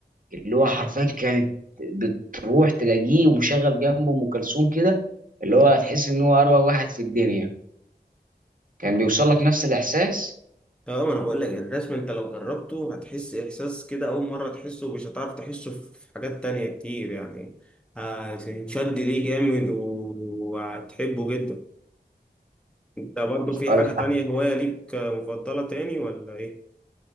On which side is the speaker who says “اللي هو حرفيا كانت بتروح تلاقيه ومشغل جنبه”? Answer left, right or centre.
Right